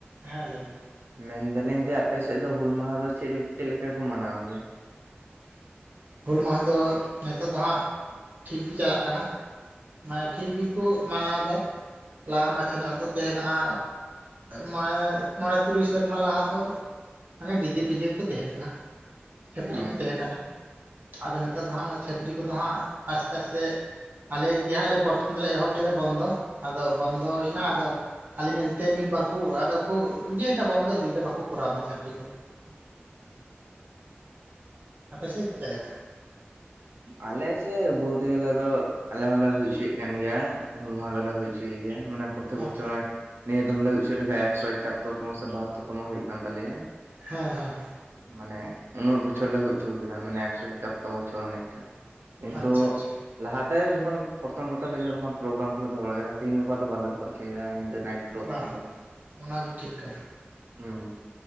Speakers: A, on the right; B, on the right.
A: ᱦᱮᱸ ᱞᱟᱹᱭ ᱵᱮᱱ
B: ᱢᱮᱱᱫᱟᱹᱞᱤᱧ ᱡᱮ ᱟᱯᱮᱥᱮᱫ ᱫᱚ ᱦᱩᱞ ᱢᱟᱦᱟ ᱫᱚ ᱪᱮᱫ ᱪᱮᱫ ᱞᱮᱠᱟ ᱠᱚ ᱢᱟᱱᱟᱣ ᱜᱮᱭᱟ?
A: ᱦᱩᱞ ᱢᱟᱦᱟ ᱫᱚ ᱱᱤᱛᱳᱜ ᱫᱚ ᱦᱟᱸᱜ ᱴᱷᱤᱜ ᱜᱮ ᱪᱟᱞᱟᱜ ᱠᱟᱱᱟ ᱢᱟᱱᱮ ᱴᱷᱤᱠ ᱜᱮᱠᱚ ᱢᱟᱱᱟᱣ ᱫᱟ ᱾ ᱞᱟᱦᱟ ᱢᱟᱪᱷᱟᱧᱚᱜ ᱫᱚ ᱛᱟᱦᱮᱸ ᱠᱟᱱᱟ ᱢᱚᱬᱮ ᱢᱚᱬᱮ ᱛᱩᱨᱩᱭ ᱥᱮᱨᱢᱟ ᱞᱟᱦᱟ ᱫᱚ ᱟᱱᱮ ᱰᱤᱡᱮ ᱯᱤᱡᱮᱠᱚ ᱛᱟᱦᱮᱸ ᱠᱟᱱᱟ
B: ᱦᱮᱸ
A: ᱪᱟᱹᱯᱨᱤ ᱠᱚ ᱛᱟᱦᱮᱸ ᱠᱟᱱᱟ᱾ ᱟᱫᱚ ᱱᱮᱛᱟᱨ ᱫᱚ ᱦᱟᱸᱜ ᱚᱱᱟ ᱪᱷᱟᱹᱯᱨᱤ ᱠᱚᱫᱚ ᱦᱟᱸᱜ ᱟᱥᱛᱮ ᱟᱥᱛᱮ ᱟᱞᱮᱜᱮ ᱦᱟᱸᱜ ᱞᱮ ᱯᱚᱨᱛᱷᱚᱢ ᱫᱚᱞᱮ ᱮᱦᱚᱵ ᱞᱮᱫᱟ ᱵᱚᱱᱫᱚ ᱟᱫᱚ ᱵᱚᱱᱫᱚᱭᱱᱟ ᱟᱫᱚ ᱟᱞᱮ ᱧᱮᱞᱛᱮ ᱢᱤᱫ ᱵᱟ ᱠᱩ ᱟᱫᱚ ᱠᱩ ᱤᱭᱟᱹᱭ ᱫᱟ ᱵᱚᱱᱫᱚ ᱤᱫᱤᱭᱮᱫᱟ ᱵᱟᱠᱩ ᱠᱚᱨᱟᱣ ᱫᱟ ᱪᱷᱟᱯᱨᱤ ᱠᱚ
B: ᱚᱸᱜ ᱦᱩᱸ
A: ᱟᱯᱮᱥᱮᱫ ᱪᱮᱫ ᱞᱮᱠᱟ?
B: ᱟᱞᱮ ᱥᱮᱜ ᱵᱚᱞᱛᱮ ᱜᱮᱞᱮ ᱫᱚ ᱟᱞᱮ ᱦᱚᱸᱞᱮ ᱦᱩᱭ ᱦᱚᱪᱚᱭᱮᱫ ᱠᱟᱱ ᱜᱮᱭᱟ ᱦᱩᱞ ᱢᱟᱦᱟ ᱫᱚᱞᱮ ᱦᱩᱭ ᱦᱚᱪᱚᱭ ᱜᱮᱭᱟ ᱢᱟᱱᱮ ᱛᱮᱵᱚᱱ
A: ᱟᱪᱪᱷᱟ
B: ᱱᱚᱭ ᱱᱤᱭᱟᱹ ᱫᱚᱢᱞᱮ ᱦᱩᱭ ᱦᱚᱪᱚ ᱞᱮᱠᱷᱟ ᱮᱠᱥᱚ ᱮᱠᱟᱛᱳᱨ ᱛᱚᱢᱚ ᱥᱮ ᱵᱟᱦᱟᱛᱳᱨ ᱛᱚᱢᱚ ᱦᱩᱭᱩᱜ ᱠᱟᱱ ᱛᱟᱞᱮᱭᱟ
A: ᱦᱮᱸ ᱦᱮᱸ ᱦᱮᱸ
B: ᱢᱟᱱᱮ ᱩᱱᱟᱹᱜ ᱵᱚᱪᱷᱚᱨ ᱞᱮ ᱦᱩᱭ ᱦᱚᱪᱚ ᱠᱮᱫᱟ ᱢᱟᱱᱮ ᱮᱠᱥᱚ ᱛᱚ ᱵᱚᱪᱷᱚᱨ ᱚᱱᱮ ᱚᱸᱠᱟ ᱠᱤᱱᱛᱚᱜ
A: ᱟᱪᱪᱷᱟ ᱟᱪᱪᱷᱟ
B: ᱞᱟᱦᱟᱛᱮ ᱡᱚᱠᱷᱚᱱ ᱯᱨᱚᱛᱷᱚᱢ ᱯᱨᱛᱷᱚᱢ ᱛᱠᱷᱚᱱ ᱯᱨᱳᱜᱨᱟᱢ ᱠᱚ ᱞᱮ ᱫᱚᱦᱚ ᱵᱟᱲᱟ ᱠᱮᱫᱟ ᱛᱤᱦᱤᱧ ᱜᱟᱯᱟ ᱫᱚ ᱵᱟᱞᱮ ᱫᱚᱦᱚᱪᱚᱭ ᱫᱟ ᱧᱤᱫᱟᱹ ᱱᱟᱭᱤᱴ ᱯᱨᱳᱜᱜᱨᱟᱢ
A: ᱵᱟᱝ
B: ᱫᱚ
A: ᱚᱱᱟᱜᱮ ᱴᱷᱤᱠ ᱠᱟᱱᱟ
B: ᱦᱩᱸ